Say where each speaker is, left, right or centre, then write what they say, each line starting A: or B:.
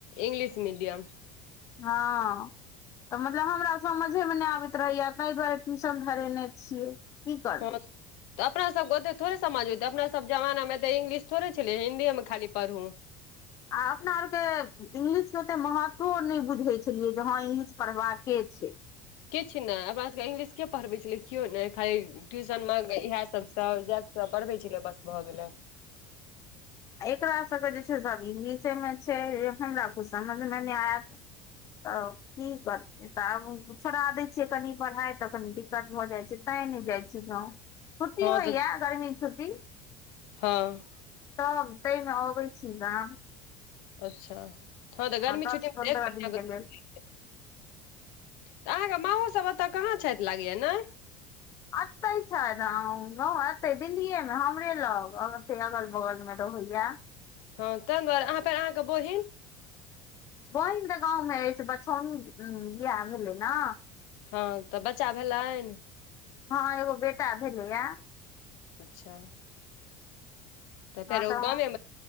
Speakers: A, on the left; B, on the left.
A: इंग्लिश मीडियम
B: हँ तऽ मतलब हमरा समझेमे नहि आबैत रहैया ताहि दुआरे ट्यूशन धरेने छियै। की करबै
A: हँ तऽ अपना सबके ओत थोड़े समझ होतै अपना सब जमाना मे तऽ इंग्लिश थोड़े छल हिन्दीए मे खाली पढ़ू।
B: आ अपना आरके इंग्लिशके ओते महत्व नहि बुझैत छलियै जे हँ इंगलिश पढ़बाके छैय।
A: किछु नहि अपना सबके इंग्लिश के पढ़बै छलै केओ नहि खाली ट्यूशनमे इएह सब सब जा पढ़बै छले बस भऽ गेले।
B: आ एकरा सबके जे छैय सब इंगलिशेमे छैय हमरा ओ समझमें नहि आयत त की कर तऽ आब छोड़ा दै छियै कनि पढ़ाई तऽ कनी दिक्कत भऽ जाइ छैय ते नहि जाइ छीयै गाँव। छुट्टी
A: हँ
B: होइया
A: तऽ
B: गर्मी छुट्टी?
A: हँ
B: तब ताहिमे अबै छी गाम।
A: अच्छा हँ तऽ गर्मी
B: दस
A: छुट्टीमें
B: पन्द्रह
A: त एक महीना
B: दिन
A: के
B: लेल
A: <unintelligible> तऽ अहाँके माहो सब ओतय कहाँ छैथ लगैया ने?
B: एतय छैथ एते दिल्लीए मे हमरे लग अगल बगल मे रहैया।
A: हँ ताहि दुआरे अहाँ फेर अहाँके बोहिन?
B: बहिन तऽ गाँवमे अछि बछौनी बिआाह भेलै ने।
A: हँ तऽ बच्चा भेलनि?
B: हँ एगो बेटा भेलैया।
A: अच्छा फेर
B: हँ
A: ओ
B: तऽ
A: गामेमे